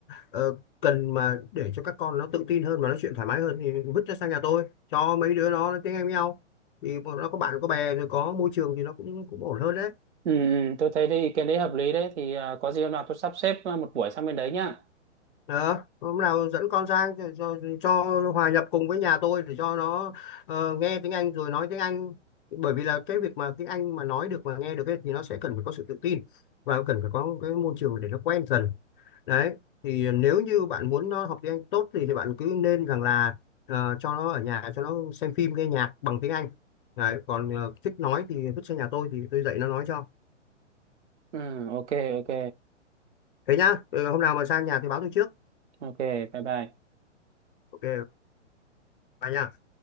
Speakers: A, on the left (about 45°); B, on the right (about 70°).
A: ờ, cần mà để cho các con nó tự tin hơn và nói chuyện thoải mái hơn thì vứt nó sang nhà tôi cho mấy đứa nó nói tiếng Anh với nhau thì bọn nó có bạn có bè rồi có môi trường thì nó cũng cũng ổn hơn đấy
B: ừm, tôi thấy cái ý kiến đấy hợp lý đấy thì ờ, có gì hôm nào tôi sắp xếp một buổi sang bên đấy nhá.
A: Đó, hôm nào dẫn con sang cho, cho cho hòa nhập cùng với nhà tôi để cho nó ờ, nghe tiếng Anh rồi nói tiếng Anh bởi vì là cái việc mà tiếng Anh mà nói được mà nghe được ấy, thì nó sẽ cần phải có sự tự tin và cần phải có cái môi trường để nó quen dần đấy thì nếu như bạn muốn nó học tiếng Anh tốt thì, thì bạn cứ nên rằng là ờ, cho nó ở nhà cho nó xem phim nghe nhạc bằng tiếng Anh đấy còn ờ, thích nói thì vứt sang nhà tôi thì tôi dạy nó nói cho
B: Ừ, ok ok
A: thế nhá Ừ, hôm nào mà sang nhà thì báo tôi trước
B: ok bye bye
A: ok và nha